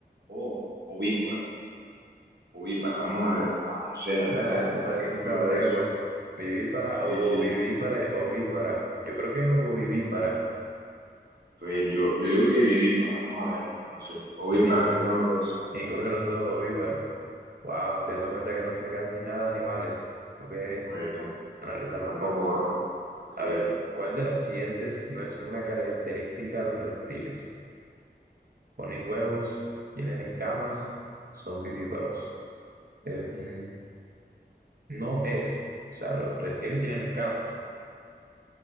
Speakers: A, on the right (about 75°); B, on the right (about 60°).
A: o ovípora. Ovípara, vamos a ver. Joda, no sé, la verdad,
B: Ah, eso parece
A: no recuerdo
B: un trabalengua.
A: eso.
B: Viví para,
A: Sí,
B: ovovivípara,
A: sí.
B: ovípara. Yo creo que es ovovivípara.
A: Pues yo, yo digo que viví para, vamos a ver, no sé, obvio
B: que Ni,
A: para ninguno de los dos,
B: ninguno de los dos ovípara. Wow, estoy dando cuenta que no sé casi nada de animales. Tengo que
A: güey tam-
B: analizarlos
A: tampoco
B: más.
A: gorro, sí,
B: A ver, ¿cuál de las siguientes no es una característica de los reptiles? Ponen huevos, tienen escamas, son vivíparos. Em, no es. O sea, los reptiles tienen escamas